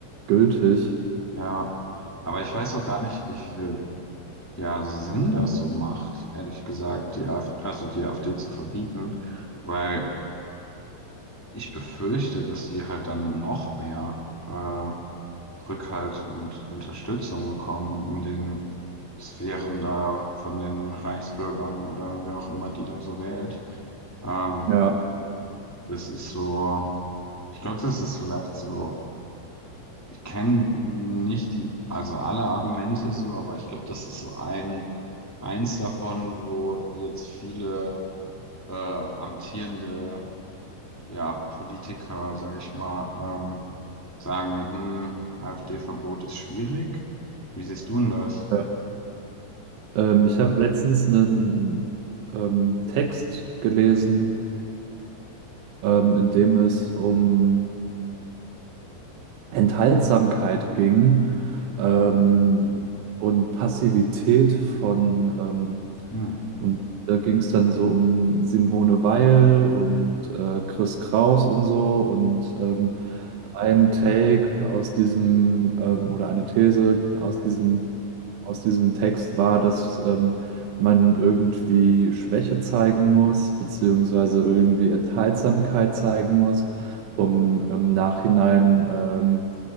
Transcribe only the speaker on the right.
gültig.
Ja.
äh, Ähm, ich habe letztens einen ähm, Text gelesen, ähm, in dem es um Enthaltsamkeit ging ähm,
und Passivität von ähm,
Und da ging es dann so um Simone Weil und äh, Chris Kraus und so. Und ähm, ein Take aus diesem ähm, oder eine These aus diesem, aus diesem Text war, dass ähm, man irgendwie Schwäche zeigen muss, beziehungsweise irgendwie Enthaltsamkeit zeigen muss, um im Nachhinein ähm,